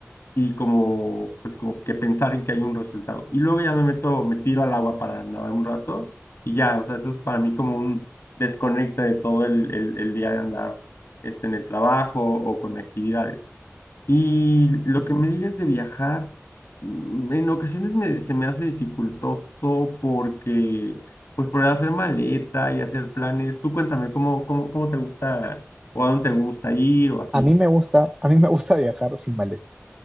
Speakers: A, on the left; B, on the right.
A: y como, pues como que pensar en que hay un resultado. Y luego ya me meto, me tiro al agua para nadar un rato y ya, o sea, eso es para mí como un desconecte de todo el, el, el día de andar este, en el trabajo o con actividades. Y lo que me digas de viajar, mm, en ocasiones me, se me hace dificultoso porque, pues por hacer maleta y hacer planes, tú cuéntame cómo, cómo, cómo te gusta o a dónde te gusta ir o así.
B: A mí me gusta, a mí me gusta viajar sin maleta.